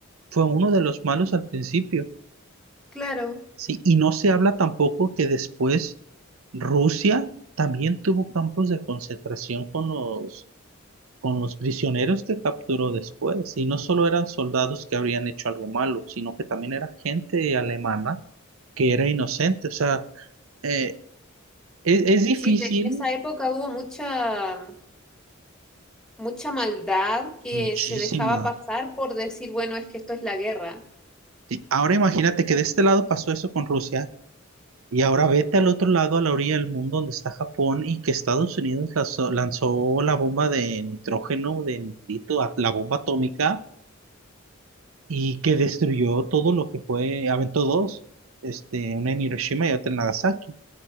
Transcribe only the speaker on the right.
fue uno de los malos al principio.
Sí, y no se habla tampoco que después Rusia también tuvo campos de concentración con los, con los prisioneros que capturó después. Y no solo eran soldados que habrían hecho algo malo, sino que también era gente alemana que era inocente. O sea, eh, es, es difícil,
muchísima.
Y Ahora imagínate que de este lado pasó eso con Rusia y ahora vete al otro lado, a la orilla del mundo donde está Japón y que Estados Unidos lanzó, lanzó la bomba de nitrógeno, de nitrito, a- la bomba atómica y que destruyó todo lo que fue, aventó dos, este, una en Hiroshima y otra en Nagasaki.